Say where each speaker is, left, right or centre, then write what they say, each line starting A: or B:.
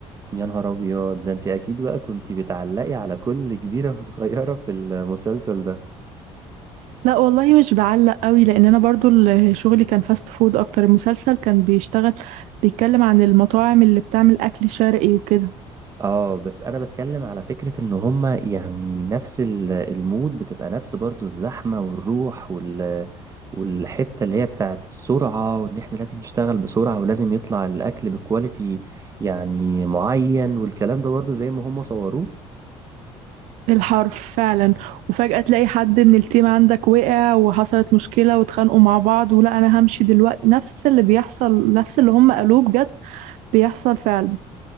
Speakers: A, on the right; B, on the right.
A: يا نهار ابيض ده انت اكيد بقى كنت بتعلقي على كل كبيرة وصغيرة في المسلسل ده
B: لا والله مش بعلق قوي لان انا برضو ال- شغلي كان فاست فود اكتر المسلسل كان بيشتغل بيتكلم عن المطاعم اللي بتعمل اكل شرقي وكده
A: اه بس انا بتكلم على فكرة ان هما يعني نفس ال- المود بتبقى نفس برضو الزحمة والروح وال والحتة اللي هي بتاعت السرعة وان احنا لازم نشتغل بسرعة ولازم يطلع الاكل بكواليتي يعني معين والكلام ده برضو زي ما هما صوروه
B: بالحرف فعلا وفجأة تلاقي حد من التيم عندك وقع وحصلت مشكلة واتخانقوا مع بعض ولا انا همشي دلوقتي نفس اللي بيحصل نفس اللي هم قالوه بجد بيحصل فعلا